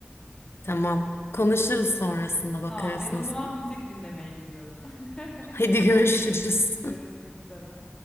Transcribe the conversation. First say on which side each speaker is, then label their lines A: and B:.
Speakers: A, on the left (about 70°); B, on the left (about 20°).
A: Tamam. Konuşuruz sonrasında bakarız
B: Tamam, ben o
A: nasıl.
B: zaman müzik dinlemeye gidiyorum. <laughs>
A: Hadi görüşürüz. <laughs>
B: Görüşmek üzere.